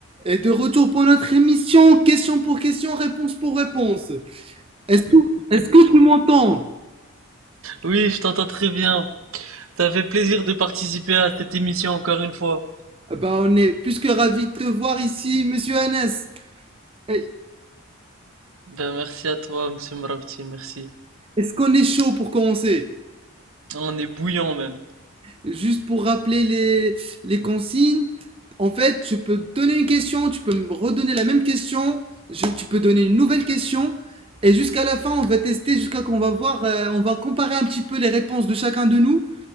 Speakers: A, on the right; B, on the right.
A: Et de retour pour notre émission, question pour question, réponse pour réponse. Est-ce que, est-ce que tu m'entends
B: Oui, je t'entends très bien. Ça fait plaisir de participer à cette émission encore une fois.
A: Bah on est plus que ravis de te voir ici, monsieur Hannes. Eh,
B: Ben merci à toi, Monsieur Mravti, merci.
A: Est-ce qu'on est chaud pour commencer
B: On est bouillant même.
A: Juste pour rappeler les, les consignes, en fait, je peux te donner une question, tu peux me redonner la même question, je- tu peux donner une nouvelle question, et jusqu'à la fin, on va tester, jusqu'à qu'on va voir, euh, on va comparer un petit peu les réponses de chacun de nous,